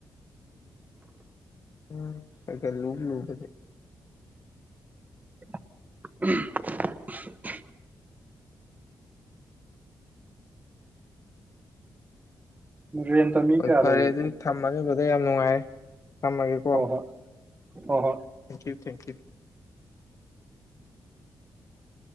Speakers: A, on the left; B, on the right.
A: ꯎꯝ ꯈ ꯒ ꯂꯨ ꯂꯨꯕꯗꯤ
B: <inaudible> ꯔꯦꯟꯇ ꯃꯤ
A: ꯍꯣꯏ
B: ꯀꯌꯥ
A: ꯐꯔꯦ
B: ꯂꯩꯔꯤꯅꯣ
A: ꯑꯗꯨꯗꯤ ꯊꯝꯃꯒꯦ ꯕꯗꯔ ꯌꯥꯝ ꯅꯨꯡꯉꯥꯏꯔꯦ ꯊꯝꯃꯒꯦꯀꯣ
B: ꯍꯣꯏ ꯍꯣꯏ ꯍꯣꯏ ꯍꯣꯏ
A: ꯊꯦꯡꯀ꯭ꯌꯨ ꯊꯦꯡꯀ꯭ꯌꯨ
B: ꯎꯝ